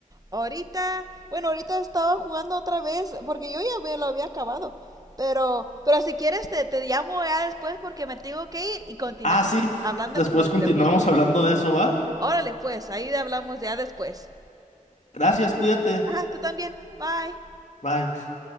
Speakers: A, on the right; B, on the left.
A: Ahorita, bueno, ahorita estaba jugando otra vez porque yo ya me lo había acabado. Pero, pero si quieres te, te llamo ya después porque me tengo que ir y continuamos
B: Ah, sí,
A: hablando
B: después
A: con los
B: continuamos
A: videojuegos.
B: hablando de eso, ¿va?
A: Órale, pues, ahí hablamos ya después.
B: Gracias, cuídate.
A: Ajá, tú también. Bye.
B: Bye.